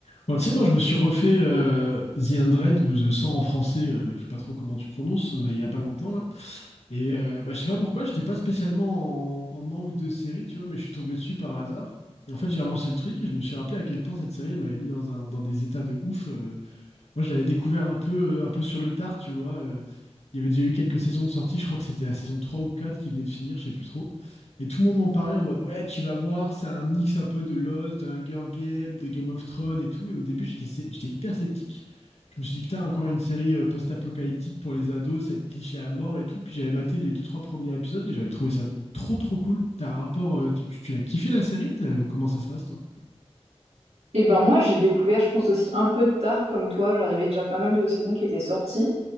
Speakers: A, on the left; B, on the right.
A: Bon, tu sais, moi, je me suis refait euh, The 100 ou The 100 en français, euh, je sais pas trop comment tu prononces, mais il y a pas longtemps, là. Et euh, bah, je sais pas pourquoi, j'étais pas spécialement en, en manque de série, tu vois, mais je suis tombé dessus par hasard. Et en fait, j'ai relancé le truc et je me suis rappelé à quel point cette série, elle m'avait mis dans un, dans des états de ouf. euh, moi, je l'avais découvert un peu, euh, un peu sur le tard, tu vois. euh, il y avait déjà eu quelques saisons de sortie, je crois que c'était la saison 3 ou 4 qui venait de finir, je sais plus trop. Et tout le monde m'en parlait en mode, ouais, tu vas voir, c'est un mix un peu de Lost, de Hunger Games, de Game of Thrones et tout. Et au début, j'étais sé- j'étais hyper sceptique. Je me suis dit, putain, encore une série euh, post-apocalyptique pour les ados, ça va être cliché à mort et tout. Puis j'avais maté les deux, trois premiers épisodes et j'avais trouvé ça trop, trop cool. T'as un rapport, euh, tu, tu- tu l'as kiffé la série? T'as- euh, Comment ça se passe, toi?
B: Et ben moi, j'ai découvert, je pense aussi un peu tard comme toi, genre il y avait déjà pas mal de saisons qui étaient sorties.